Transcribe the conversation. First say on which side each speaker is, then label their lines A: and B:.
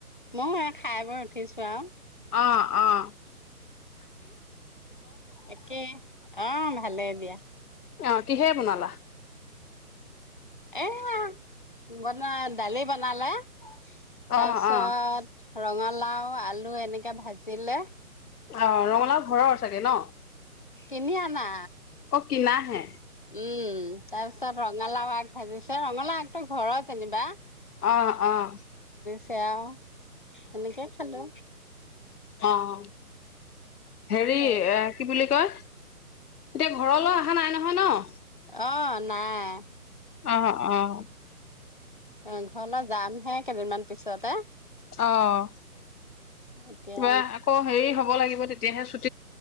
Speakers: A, on the left; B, on the left.
A: ময়ো এ, খাই বৈ উঠিছো আৰু।
B: অহ - অহ
A: একে অ', ভালে দিয়া।
B: অ, কিহেৰে বনালা?
A: এয়া বনা, দালি বনালে। তাৰপিছত,
B: অ অ
A: ৰঙালাও -আলু এনেকে, ভাজিলে
B: অ', ৰঙালাও ঘৰৰ। চাগে ন?
A: কিনি আনা।
B: অহ ', কিনা হে।
A: উম, তাৰপিছত ৰঙালাওৰ আগ, ভাজিছে, ৰঙালাও আগটো ঘৰত যেনিবা।
B: অহ-অহ',
A: সেয়াও এনেকে খালো।
B: অহ, ' হেৰি
A: তাৰপিছত
B: এ, কি বুলি কয় এতিয়া ঘৰলৈ আহা নাই নহয় ন',?
A: অহ, নাই।
B: অহ - অহ,
A: অ', ঘৰলৈ যাম হে কেইদিনমান, তাৰপিছতে,
B: অহ ',
A: এতিয়া
B: কিবা আকৌ হেৰি হ'ব লাগিব তেতিয়া, তেতিয়াহে চু,